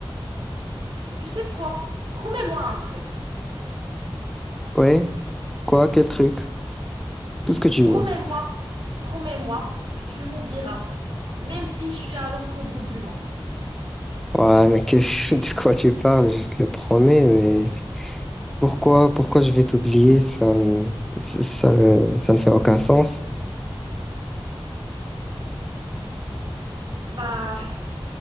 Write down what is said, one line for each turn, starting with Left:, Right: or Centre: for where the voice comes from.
Right: Tu sais quoi? Promets-moi un truc.
Centre: Ouais, quoi, quel truc, tout ce que tu
Right: Promets-moi,
Centre: veux.
Right: promets-moi que tu m'oublieras pas. Même si je suis à l'autre bout du monde.
Centre: Ouais, mais qu'est-ce <laughs> de quoi tu parles, je te le promets, mais pourquoi, pourquoi je vais t'oublier, ça ne, ça ne, ça ne fait aucun sens.
Right: Bah,